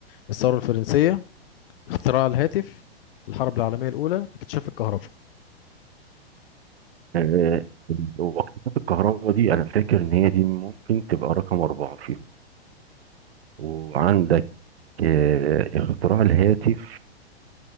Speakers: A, on the left; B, on the right.
A: الثورة الفرنسية اختراع الهاتف الحرب العالمية الأولى اكتشاف الكهرباء
B: آه، وقفات الكهرباء دي انا فاكر ان هي دي ممكن تبقى رقم اربعه فيهم وعندك آه، اختراع الهاتف